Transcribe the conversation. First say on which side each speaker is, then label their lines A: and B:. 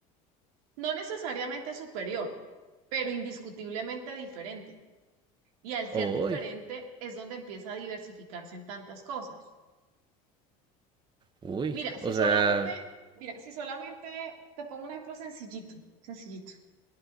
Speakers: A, on the right (about 80°); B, on the right (about 25°).
A: no necesariamente superior, pero indiscutiblemente diferente. Y al ser
B: Uy,
A: diferente es donde empieza a diversificarse en tantas cosas.
B: uy,
A: Mira, si
B: o sea,
A: solamente, mira, si solamente te pongo un ejemplo sencillito, sencillito.